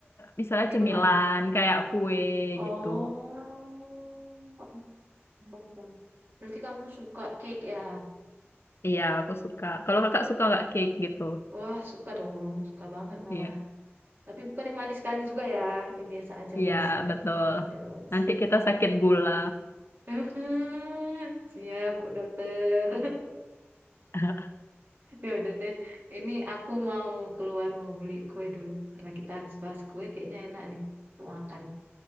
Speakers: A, on the left; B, on the right.
A: misalnya
B: Minuman.
A: cemilan kayak kue
B: Oh.
A: gitu.
B: Bang, bang. Berarti kamu suka cake ya?
A: Iya, aku suka. Kalau kakak suka nggak cake gitu?
B: Wah, suka dong. Suka banget malah.
A: Iya,
B: Tapi bukan yang manis sekali juga ya, yang biasa aja
A: iya
B: manisnya.
A: betul.
B: Beres.
A: Nanti kita sakit gula.
B: <laughs> Siap, Bu Dokter. <laughs>
A: <laughs>
B: Ya udah deh. Ini aku mau keluar mau beli kue dulu karena kita habis bahas kue kayaknya enak nih untuk makan,